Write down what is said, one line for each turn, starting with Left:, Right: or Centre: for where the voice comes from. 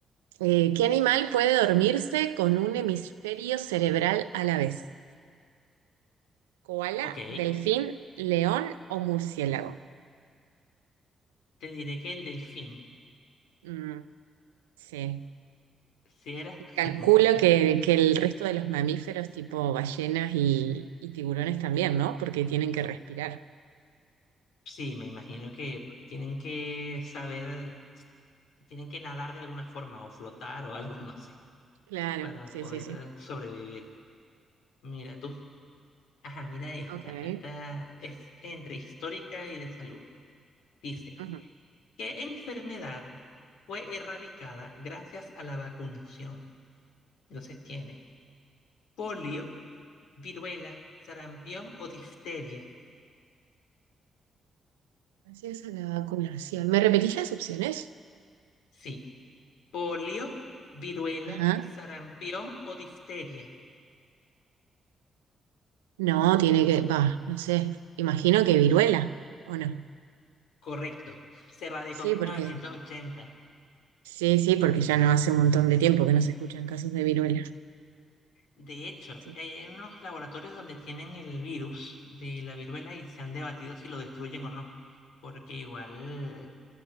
Right: Eh, ¿qué animal puede dormirse con un hemisferio cerebral a la vez? ¿Koala,
Left: Ok.
Right: delfín, león o murciélago?
Left: Te diré que el delfín.
Right: Mm, sí.
Left: Si era.
Right: Y calculo
Left: <laughs>
Right: que, que el resto de los mamíferos tipo ballenas y, y tiburones también, ¿no? Porque tienen que respirar.
Left: Sí, me imagino que tienen que saber, tienen que nadar de alguna forma o flotar o algo, <laughs> no sé,
Right: Claro,
Left: para
Right: sí,
Left: poder
Right: sí, sí.
Left: eh, sobrevivir. Mira tú. Ajá, mira esta.
Right: Ok.
Left: Esta es entre histórica y de salud. Dice,
Right: ujú.
Left: ¿qué enfermedad fue erradicada gracias a la vacunación? Entonces tiene polio, viruela, sarampión o difteria.
Right: Gracias a la vacunación. ¿Me repetís las opciones?
Left: Sí, polio, viruela,
Right: Ajá.
Left: sarampión o difteria.
Right: No, tiene que, va, no sé. Imagino que viruela, ¿o no?
Left: Correcto, se radicó
Right: Sí,
Left: en mil
Right: porque,
Left: novecientos ochenta.
Right: sí, sí, porque ya no hace un montón de tiempo que no se escuchan casos de viruela.
Left: De hecho,
Right: Sí,
Left: hay unos laboratorios donde tienen el virus de la viruela y se han debatido si lo destruyen o no, porque igual,